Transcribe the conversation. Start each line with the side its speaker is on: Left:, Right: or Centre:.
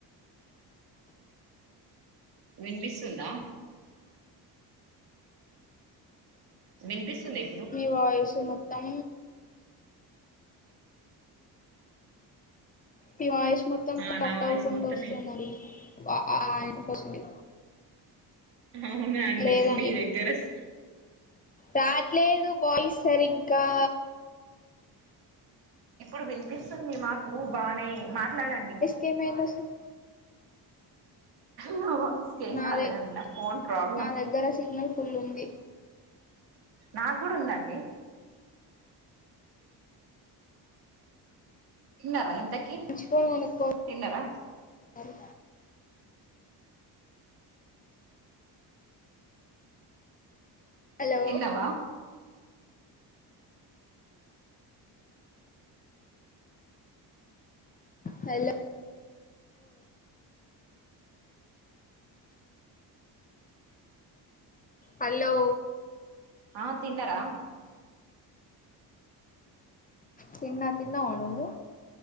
Right: విన్పిస్సుందా విన్పిస్సుంది
Left: మీ వాయిస్ మొత్తం మీ వాయిస్ మొత్తం
Right: ఆ
Left: కట్
Right: నా వాయిస్
Left: అవుకుంటూ
Right: మొత్తం
Left: ఒస్తుందండి వ అ ఆ ఇంకొస్సుంది
Right: అవునా అండి
Left: లేదండి
Right: నీ దగ్గరస్
Left: రాట్లేదు వాయిస్ సరిగ్గా
Right: ఇప్పుడు విన్పిస్తుంది మాకూ బానే మాట్లాడండి
Left: కేమైంది అసల్
Right: నా వాయిస్ కి ఏం
Left: నాదే
Right: గాలేదండి నా ఫోన్ ప్రాబ్లం
Left: నా దగ్గర సిగ్నల్ ఫుల్ ఉంది
Right: నా గూడ ఉందండి తిన్నార ఇంతకి
Left: ఉంచుకోని గొనుక్కో <inaudible>
Right: తిన్నరా
Left: సారి అల్లో
Right: తిన్నావా
Left: హల్లొ హలో
Right: ఆ తిన్నరా
Left: తిన్నా తిన్నావ నువ్వు